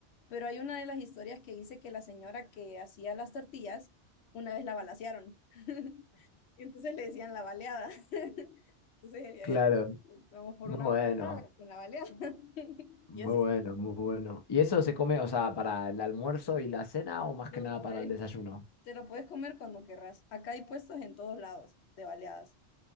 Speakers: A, on the left; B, on the left.
A: Pero hay una de las historias que dice que la señora que hacía las tortillas, una vez la balacearon. <laughs> Y Entonces le decían la baleada. <laughs> Entonces ella
B: Claro,
A: ya le, vamos por
B: muy
A: una
B: bueno,
A: baleada con la baleada. <laughs>
B: muy
A: Y así,
B: bueno, muy bueno. ¿Y eso se come, o sea, para el almuerzo y la cena o más
A: no
B: que nada
A: puedes,
B: para el desayuno?
A: te lo puedes comer cuando querrás. Acá hay puestos en todos lados de baleadas.